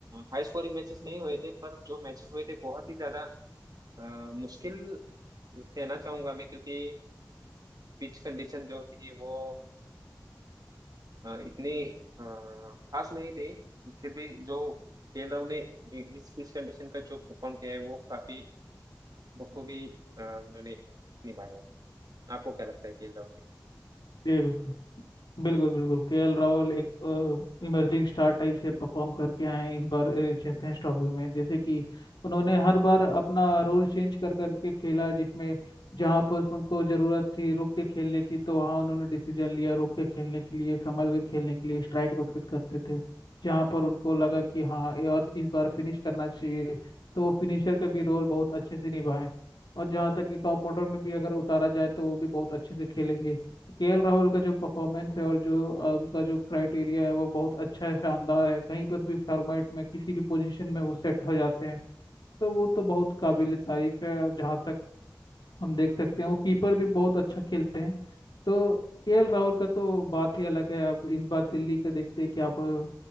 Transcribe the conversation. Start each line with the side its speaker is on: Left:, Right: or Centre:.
Right: हाई स्कोरिंग मैचेस नहीं हुए थे पर जो मैचेस हुए थे बहुत ही ज्यादा अ, मुश्किल कहना चाहूंगा मैं क्योंकि पिच कंडीशन जो थी वो अ, इतनी अ, खास नहीं थी फिर भी जो खेलरों ने इस पिच कंडीशन का जो परफॉर्म किया है वो काफी बखूबी अ, उन्होंने निभाया है आपको क्या लगता है खेल राहुल के बारे
Left: जी बिल्कुल बिल्कुल बिल्कुल केएल राहुल एक इमर्जिंग स्टार टाइप से परफॉर्म करके आए हैं इस बार चैंपियंस ट्रॉफी में जैसे कि उन्होंने हर बार अपना रोल चेंज कर करके खेला जिसमें जहाँ पर उनको जरूरत थी रुक के खेलने की तो वहाँ उन्होंने डिसीजन लिया रुक के खेलने के लिए संभल के खेलने के लिए स्ट्राइक रोटेट करते थे जहाँ पर उनको लगा कि हाँ ये और इस बार फिनिश करना चाहिए तो वो फिनिशर का भी रोल बहुत अच्छे से निभाए और जहाँ तक कि टॉप ऑर्डर में भी अगर उतारा जाए तो वो भी बहुत अच्छे से खेलेंगे केएल राहुल का जो परफॉर्मेंस है और जो अ, उनका जो क्राइटेरिया है वो बहुत अच्छा है शानदार है कहीं पर भी फॉर्मेट में किसी भी पोजीशन में वो सेट हो जाते हैं तो वो तो बहुत काबिल तारीफ है जहाँ तक हम देख सकते हैं वो कीपर भी बहुत अच्छा खेलते हैं तो केएल राहुल का तो बात ही अलग है अब इस बार दिल्ली का देखते हैं क्या प-